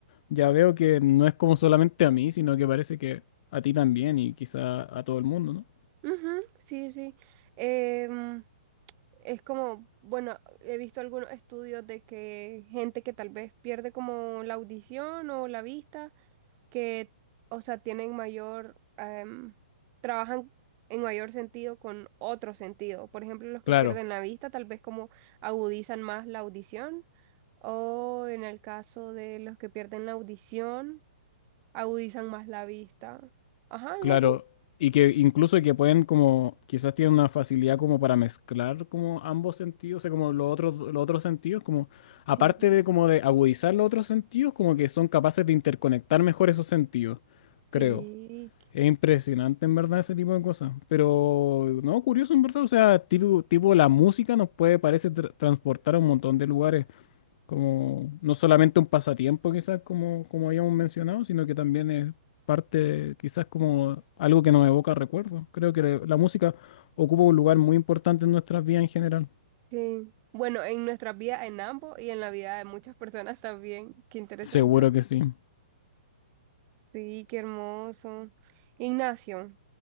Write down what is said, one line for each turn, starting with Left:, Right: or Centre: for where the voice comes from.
Left: ya veo que no es como solamente a mí, sino que parece que a ti también y quizá a todo el mundo, ¿no?
Right: Ujú, sí, sí. Em, es como, bueno, he visto algunos estudios de que gente que tal vez pierde como la audición o la vista, que, o sea, tienen mayor, em, trabajan en mayor sentido con otro sentido. Por ejemplo, los que
Left: Claro,
Right: pierden la vista tal vez como agudizan más la audición O en el caso de los que pierden la audición, agudizan más la vista. Ajá, algo
Left: claro.
Right: así.
Left: Y que incluso que pueden como, quizás tienen una facilidad como para mezclar como ambos sentidos, o sea, como los otros, los otros sentidos, como aparte
Right: Sí,
Left: de como de agudizar los otros sentidos, como que son capaces de interconectar mejor esos sentidos, creo.
Right: sí,
Left: Es impresionante en verdad ese tipo de cosas, pero no, curioso en verdad, o sea, tipo, tipo la música nos puede, parece, tra- transportar a un montón de lugares, como no solamente un pasatiempo quizás como, como habíamos mencionado, sino que también es parte quizás como algo que nos evoca recuerdos. Creo que la la música ocupa un lugar muy importante en nuestras vidas en general.
Right: sí. Bueno, en nuestra vida, en ambos y en la vida de muchas personas también. Qué interesante.
Left: Seguro que sí.
Right: Sí, qué hermoso. Ignacio,